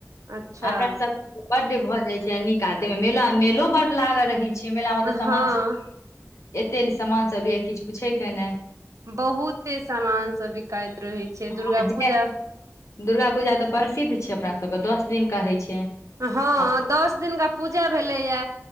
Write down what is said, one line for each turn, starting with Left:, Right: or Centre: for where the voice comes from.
Right: अच्छा
Left: अपना सब बड्ड भऽ जाइ छै आ निका आ तैय मे मेला - मेलो बड्ड लागल रहैत छै मेलामे
Right: हँ
Left: तऽ सामान सब एते सामान सब लिय किछ पूछे कऽ नय
Right: बहुते सामान सब बिकाइत रहे छै दुर्गा
Left: आ जे
Right: पूजा
Left: दुर्गा पूजा तऽ प्रसिद्ध छै अपना सभ कऽ दस दिन का होइ छै
Right: हँ
Left: आ
Right: दस दिन का पूजा भेलैया